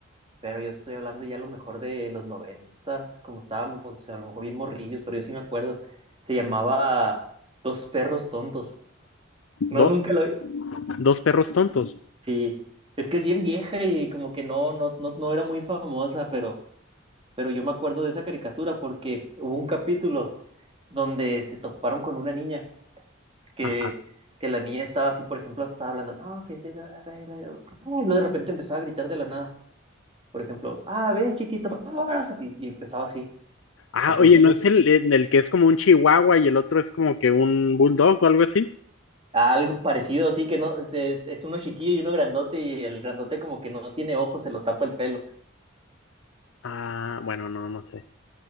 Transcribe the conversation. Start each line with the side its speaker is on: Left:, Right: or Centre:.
Right: Pero yo estoy hablando ya a lo mejor de los noventas, como estábamos, a lo mejor bien morrillos, pero yo sí me acuerdo. Se llamaba Los perros tontos. No,
Left: Dos,
Right: nunca lo vi.
Left: dos perros tontos.
Right: Sí. Es que es bien vieja y como que no, no, no, no era muy famosa, pero, pero yo me acuerdo de esa caricatura porque hubo un capítulo donde se toparon con una niña que,
Left: Ajá.
Right: que la niña estaba así, por ejemplo, estaba hablando, no, que sí, la, la regla, y luego ay, luego de repente empezaba a gritar de la nada, por ejemplo, ah, ven chiquito, vámonos", y, y empezaba así.
Left: Ah,
Right: Entonces
Left: oye, ¿no
Right: yo,
Left: es el, el el que es como un chihuahua y el otro es como que un bulldog o algo así?
Right: algo parecido, así que no, se- es uno chiquillo y uno grandote, y el grandote como que no tiene ojos, se lo tapa el pelo.
Left: Ah, bueno, no, no sé.